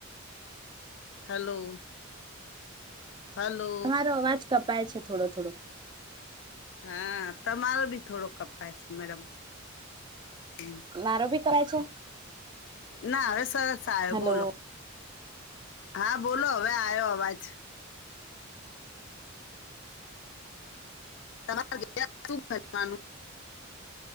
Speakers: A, on the left (about 60°); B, on the right (about 20°).
A: હલો હલો
B: તમારો અવાજ કપાય છે થોડો થોડો
A: હા તમારો ભી થોડો કપાય સે મેડમ હમ
B: મારો બી કપાય છે
A: ના હવે સરસ આયો
B: હલો
A: બોલો હા બોલો હવે આયો અવાજ તમાર <inaudible> શું બનવાનુ